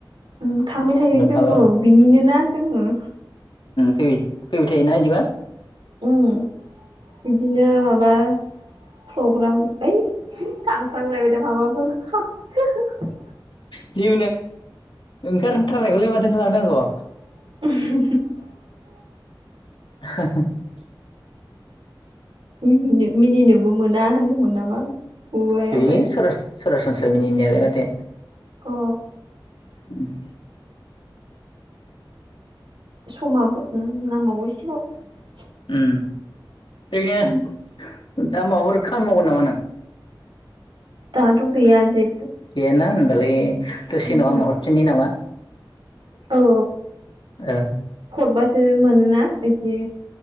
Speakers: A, on the right; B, on the left.
A: उम थांबाय थायो
B: नुखाबाय
A: जोंबो बिनिनोना जोङो।
B: फै फैबाय थायोना बिदिबा?
A: उम बिदिनो माबा प्रग्राम ओइ थांफ्लांलायबायदा <unintelligible>
B: <unintelligible> है ओंखारथारनायखौलाय माथो खालामनांगौ
A: <unintelligible>
B: <unintelligible>
A: मिनिनो मिनिनोबो मोना होनदोंमोन नामा?
B: <unintelligible>
A: बुबाय
B: <unintelligible>
A: ओमफ्राय
B: मिनिनायालाय माथो
A: अ
B: उम
A: समाबो ओ नांबागौ एसेबाव
B: उम ओरैनो
A: उम
B: दा माबाफोर खामानि मावगोन नामा नों?
A: दाथ' गैया जे
B: गैया ना उम बालाय दसे
A: उमहो
B: उनाव आं हरफिननि नामा?
A: औ
B: ओ
A: हरबासो मैनोना इदि